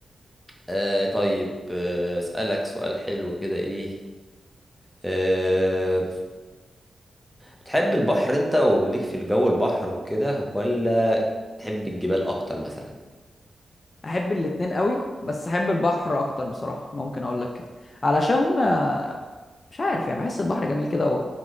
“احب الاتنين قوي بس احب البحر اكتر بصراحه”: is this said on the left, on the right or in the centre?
Left